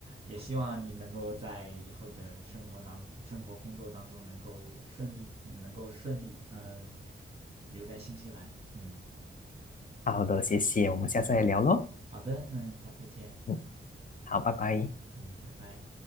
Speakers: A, on the right (about 30°); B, on the left (about 40°).
A: 也希望你能够在以后的生活当、生活工作当中能够顺利，嗯，能够顺利，嗯，留在新西兰，嗯，
B: 好的，谢谢，我们下次再聊喽。
A: 好的，嗯，下次见，
B: 嗯，好，拜拜。
A: 嗯，拜拜。